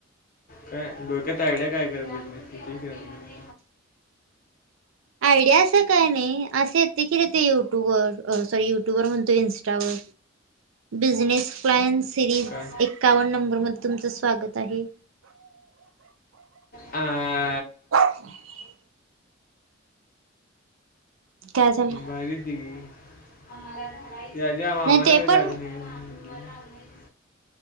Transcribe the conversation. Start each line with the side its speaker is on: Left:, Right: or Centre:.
Left: काय डोक्यात आयडिया काय खरं बिजनेसची दे की जरा <inaudible>
Right: आयडिया असा काय नाही असं येतय कि रे ते यूट्यूब यट्यूवर सॉरी युट्युवर म्हणतो इंस्टा वर बिझनेस प्ल्यान्स सिरीज
Left: काय?
Right: एक्कावन्न नंबर मध्ये तुमचं स्वागत आहे
Left: हा
Right: <inaudible> काय झाल
Left: <unintelligible> <inaudible> म
Right: नाही ते पण
Left: राहूदे